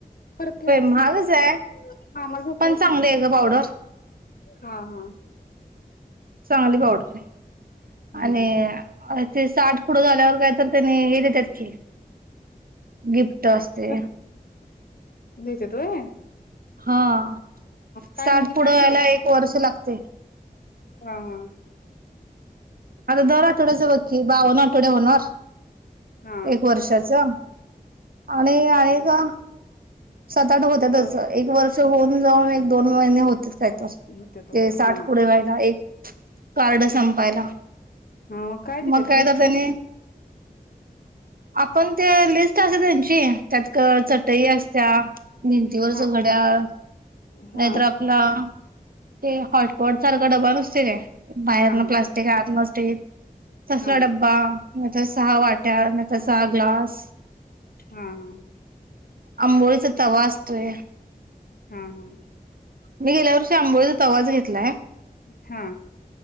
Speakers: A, on the left; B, on the right.
A: परत खेळायचं
B: महागच
A: झोपुन उठल्यावर.
B: आहे
A: मामा झोपलाय
B: पण चांगली
A: त झोप.
B: आहे ग पावडर
A: हा - हा
B: चांगली पावडर हे. आणि
A: हा हा.
B: अं ते साठ पुढे झाल्यावर काय तर त्यानी हे देतात की गिफ्ट. असते
A: खं देतात व्हय?
B: हां
A: काय
B: साठ
A: म्हणजे
B: पुढं
A: काय
B: यायला
A: देत्यात
B: एक वर्ष लागते.
A: हा - हा
B: आता दर आठवड्याच बघ की बावन आठवडे होणार.
A: हा
B: एक वर्षाचा. आणि आडे का? साताठ होत्यातच
A: वर
B: एक वर्ष होऊन जाऊनही दोन महिने होते <unintelligible> ते
A: देत्यात वर
B: साठ
A: हा
B: पुढे व्हायला एक कार्ड संपायला
A: हा देत्यात
B: मग काय
A: गिफ्ट
B: तर त्याने आपण ते लिस्ट अस त्यांची त्यात क चटई अस हां भिंतीवरच
A: हा
B: घड्याळ
A: हा
B: नाहीतर आपला ते हॉटपॉट सारखं डबा नसते काय! बाहेरन
A: हा हा
B: प्लास्टिक आत नस ते तसला
A: हा
B: ड्बा नाही त सहा वाट्या नाही त सहा ग्लास
A: हा ह
B: आंबोळीचा तवा असतोय
A: हा हा
B: मी गेल्या वर्षी आंबोळीचा त आवाज घेतलाय
A: हा